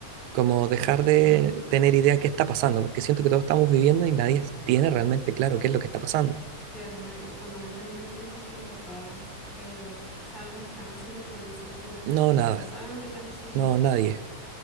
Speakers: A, on the right; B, on the left.
A: como dejar de
B: Ujú.
A: tener idea de qué está pasando, porque siento que todos estamos viviendo y nadie tiene realmente claro qué es lo que está pasando.
B: Claro, nadie, cuando uno está niño no piensa que los papás eh, saben lo que están haciendo, pero ni siquiera.
A: No,
B: Ellos
A: nada.
B: no saben lo que están haciendo.
A: No, nadie.